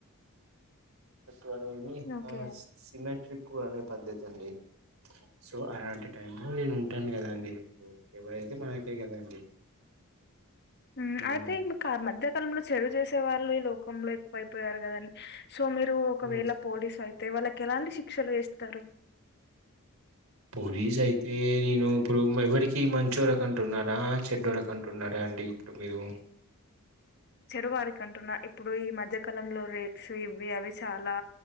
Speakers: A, on the right (about 70°); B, on the left (about 50°).
A: టు అనేది
B: ఓకే
A: ఆ సిమెట్రికు అనే పద్ధతి అండి సో అలాంటి టైం లో నేను ఉంటాను కదండి ఇపుడు ఎవరైతే మనకే కదండి
B: ఊ
A: ఉమ్.
B: అయితే ఈమ కార్ మధ్యకాలంలో సేవ చేసే వాళ్లే ఈ లోకంలో ఎక్కువైపోయారు కదని సో మీరు ఒకవేళ
A: ఉమ్.
B: పోలీసు అయితే వాళ్ళకి ఎలాంటి శిక్షలు వేస్తారు
A: పోలీస్ అయితే నేను ఇప్పుడు ఎవరికి మంచోరకంటున్నారా చెడోరకుంటున్నారా అండి ఇప్పుడు మీరు
B: చెడు వారిక అంటున్నా ఇప్పుడు ఈ మధ్యకాలంలో రేట్స్ ఇవి అవి చాలా